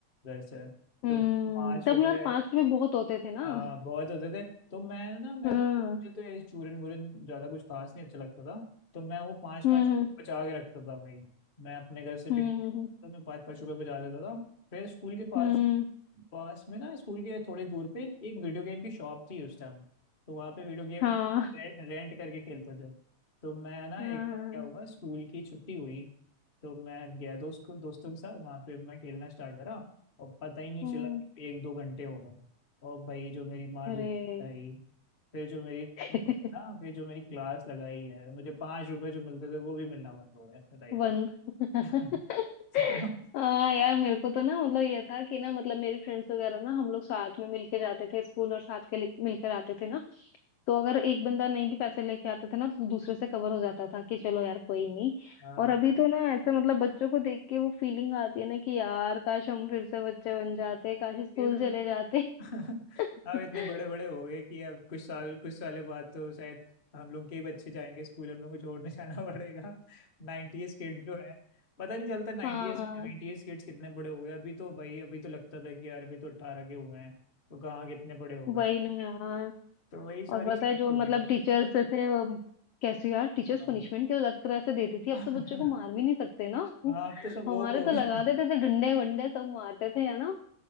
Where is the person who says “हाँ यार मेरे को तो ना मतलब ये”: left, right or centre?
Left